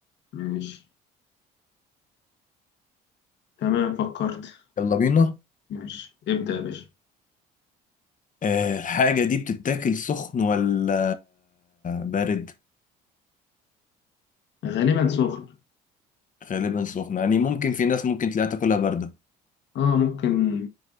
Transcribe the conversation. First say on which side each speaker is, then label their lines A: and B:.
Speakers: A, on the left; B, on the left.
A: ماشي تمام فكرت
B: يلا بينا
A: ماشي ابدا يا باشا
B: آه الحاجة دي بتتاكل سخن ولا بارد؟
A: غالبا سخن
B: غالبا سخن يعني ممكن في ناس ممكن تلاقيها تاكلها باردة
A: اه ممكن